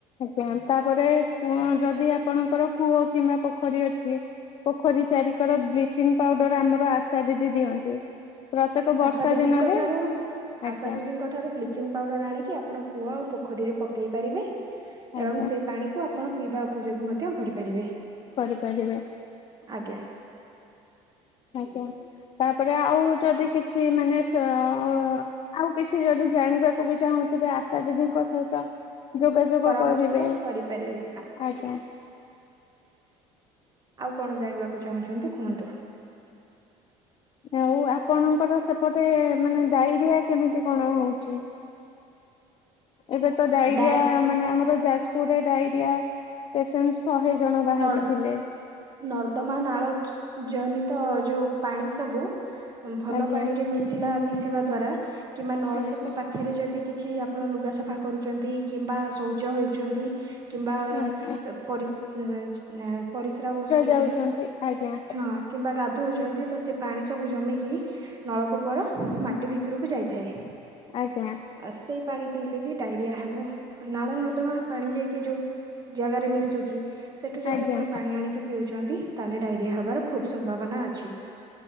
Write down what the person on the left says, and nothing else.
ଆଜ୍ଞା ତାପରେ କୂଅଁ ଯଦି ଆପଣଙ୍କର କୂଅ କିମ୍ବା ପୋଖରୀ ଅଛ ଛି, ପୋଖରୀ ଚାରିିକର ବ୍ଲିଚିଂ ପାଉଡର ଆମର ଆଶା ଦିଦି ଦିଅନ୍ତି। ପ୍ରତ୍ୟେକ ବର୍ଷା
ଦିନରେ
ଆଜ୍ଞା
ଆଜ୍ଞା
କରିପାରିବେ।
ଆଜ୍ଞା ତାପରେ ଆଉ ଯଦି କିଛି ମାନେ ସେ ଆଉ ଆ ଆଉ କିଛି ଯଦି ଜାଣିବାକୁ ବି ଚାହୁଁଥିବେ ଆଶା ଦିଦିଙ୍କ ସହିତ ଯୋଗାଯୋଗ
କରିବେ।
ଆଜ୍ଞା।
ଆଉ ଆପଣଙ୍କର ସେପଟେ ମାନେ ଡାଇରିଆ କେମିତି କଣ ହଉଛି? ଏବେ ତ ଡାଇରିଆ
ମାନେ ଆମର ଯାଜପୁରରେ ଡାଇରିଆ ପେସେଣ୍ଟ ଶହେ ଜଣ ବାହାରିଥିଲେ।
ଆଜ୍ଞା
ଆଜ୍ଞା।
ଆଜ୍ଞା
ଯାଉଛନ୍ତି ଆଜ୍ଞା
ଆଜ୍ଞା
ଆଜ୍ଞା।